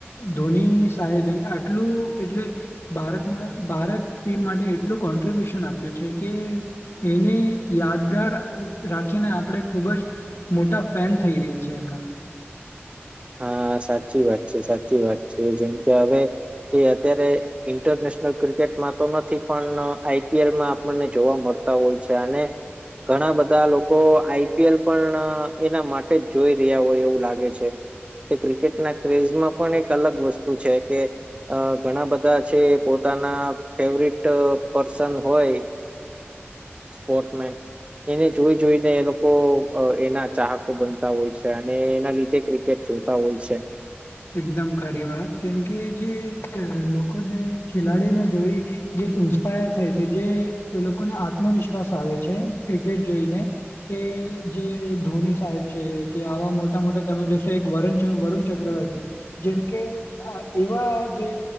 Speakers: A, on the left (about 80°); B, on the right (about 25°).
A: ધોની સાહેબે આટલું એટલે ભારત ભારત ટીમ માટે એટલું કોન્ટ્રિબ્યુટ આપ્યું છે કે એને યાદગાર રાખીને આપણે ખૂબ જ મોટા ફેન થઈ રહ્યા છે એમના
B: હા સાચી વાત છે સાચી વાત છે જેમ કે હવે એ અત્યારે ઈન્ટરનેશનલ ક્રિકેટમાં તો નથી પણ આઈપીએલમાં આપણને જોવા મળત તા હોય છે અને ઘણા બધા લોકો આઈપીએલ પણ એના માટે જ જોઈ રહ્યા હોય એવું લાગે છે. કે ક્રિકેટના ક્રેઝમાં પણ એક અલગ વસ્તુ છે કે ઘણા બધા છે એ પો પોતાના ફેવરટ પર્સન હોય સ્પોર્ટમે એને જોઈ જોઈને એ લોકો એના ચાહકો બનતા હોય છે અને એના લીધે ક્રિકેટ જોતા હોય છે.
A: એકદમ ખારી વાત કેમકે જે લોકો જે ખેલાડીને જોઈ જે ઇન્સ્પાયર થાય છે જે એ લોકોને આત્મવિશ્વાસ આવે છે ક્રિકેટ જોઈને કે કે જે ધોની સાહેબ છે કે આવા મોટા મોટા તમે જોશો એક વણ વરુણ ચક્રવર્ત જેમ કે એવા જે